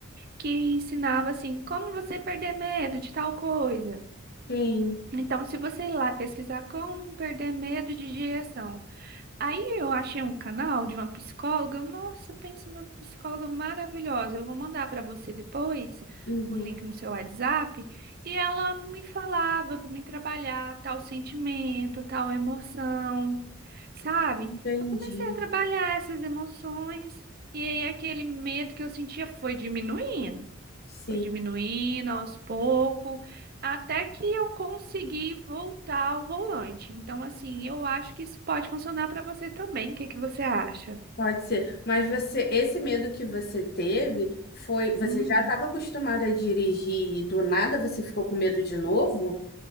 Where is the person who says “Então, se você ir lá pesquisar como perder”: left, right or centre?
Right